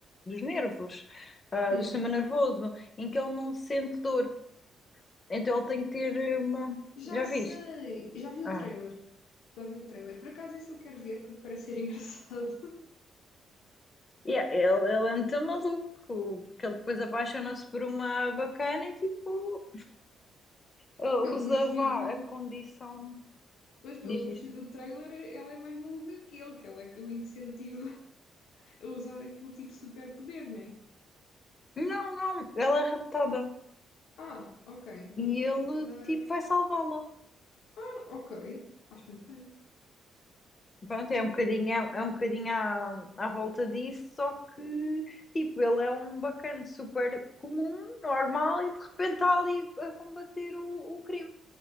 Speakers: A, on the left; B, on the left.
A: dos nervos, ah,
B: Hum,
A: do sistema nervoso, em que ele não sente dor. Então ele tem que ter uma.
B: já
A: Já
B: sei!
A: viste?
B: Já vi o
A: Ah.
B: trailer. Já vi o trailer. Por acaso esse eu quero ver porque parece ser engraçado.
A: Yeah, ele, ele é muito maluco, porque ele depois apaixona-se por uma bacana e tipo
B: <laughs>
A: ah,
B: Pelo
A: usa
B: que eu percebi
A: vá,
B: do.
A: a condição.
B: Mas pelo
A: Diz,
B: que
A: diz.
B: eu percebi do trailer, ela é mais maluca que ele, que ela é que o incentiva a usar aquele tipo de superpoder, não é?
A: Não, não, ela é raptada.
B: Ah, ok.
A: E
B: Então
A: ele
B: se calhar.
A: tipo vai salvá-la.
B: Ah, ok. Acho muito bem.
A: Pronto, é um bocadinho, é, é um bocadinho à, à volta disso, só que tipo, ele é um bacana super comum, normal, e de repente está ali a combater o, o crime.